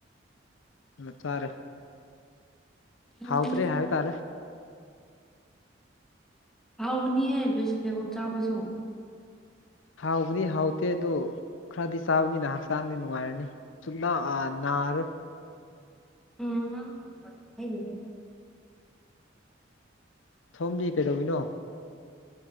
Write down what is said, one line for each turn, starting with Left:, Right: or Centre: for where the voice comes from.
Left: ꯑꯃ ꯆꯥꯔꯦ
Centre: ꯎꯝ
Left: ꯍꯥꯎꯗ꯭ꯔꯤ ꯍꯥꯏꯕ ꯇꯥꯔꯦ
Centre: ꯍꯥꯎꯕꯅꯤꯍꯦ ꯚꯦꯖꯤꯇꯦꯕꯜ ꯆꯥꯕꯁꯨ
Left: ꯍꯥꯎꯕꯅꯤ ꯍꯥꯎꯇꯦ ꯑꯗꯨ ꯈꯔꯗꯤ ꯆꯥꯕꯅꯤꯅ ꯍꯛꯆꯥꯡꯗꯤ ꯅꯨꯡꯉꯥꯏꯔꯅꯤ ꯁꯨꯞꯅ ꯅꯥꯔꯔꯣꯢ
Centre: ꯎꯝ ꯍꯥꯏ <inaudible>
Left: ꯁꯣꯝꯗꯤ ꯀꯩꯗꯧꯔꯤꯅꯣ